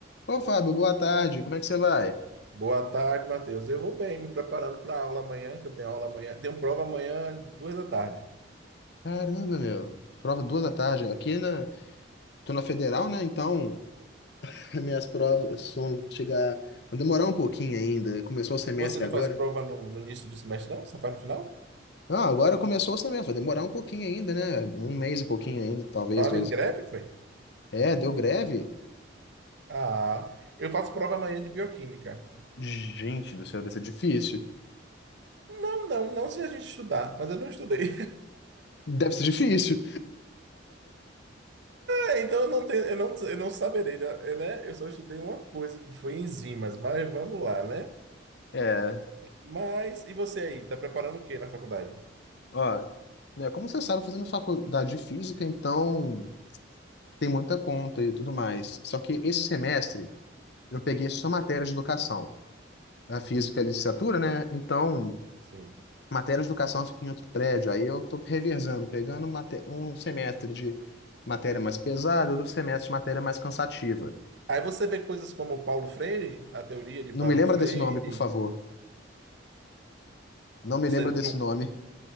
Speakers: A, on the left; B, on the right.
A: Ô, Fábio, boa tarde. Como é que você vai?
B: Boa tarde, Matheus. Eu vou bem, me preparando para a aula amanhã, que eu tenho aula amanhã. Tenho prova amanhã, duas da tarde.
A: Caramba, meu. Prova duas da tarde. Aqui na. Tô na Federal, né? Então, <laughs> minhas provas vão chegar. Vão demorar um pouquinho ainda. Começou o semestre
B: Você não
A: agora.
B: faz prova no, no início do semestre, não? Só faz no final?
A: Ah, agora começou o semestre. Vai demorar um pouquinho ainda, né? Um mês e pouquinho ainda, talvez
B: Tava
A: dois.
B: em greve, foi?
A: É, deu greve?
B: Ah, eu faço prova amanhã de bioquímica.
A: Gente do céu, deve ser difícil.
B: Não, não, não se a gente estudar, mas eu não estudei. <laughs>
A: Deve ser difícil.
B: É, então eu não tenho, eu não, eu não saberei, né? É, né? Eu só estudei uma coisa, que foi enzimas, mas vamos lá, né?
A: É,
B: Mas, e você aí, tá preparando o quê na faculdade?
A: ó, né, como você sabe, eu tô fazendo faculdade de física, então tem muita conta e tudo mais. Só que esse semestre eu peguei só matérias de educação. a física a licenciatura, né? Então,
B: Sim.
A: matérias de educação fica em outro prédio. Aí eu tô revezando, pegando mate- um semestre de matéria mais pesada, outro semestre de matéria mais cansativa.
B: Aí você vê coisas como Paulo Freire, a teoria de
A: Não
B: Paulo
A: me lembra
B: Freire,
A: desse nome, por favor. Não me
B: Você
A: lembra desse
B: não...
A: nome.